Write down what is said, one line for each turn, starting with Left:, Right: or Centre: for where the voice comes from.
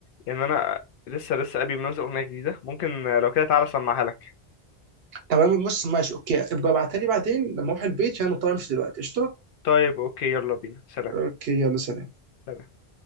Left: يعني انا لسه لسه ابي منزل اغنية جديدة ممكن آه، لو كده تعالى اسمعها لك
Right: تمام بص ماشي اوكي ابقى ابعتها لي بعدين لما اروح البيت عشان مضطر امشي دلوقتي قشطه
Left: طيب اوكي يلا بينا سلام
Right: اوكي يلا سلام
Left: سلام.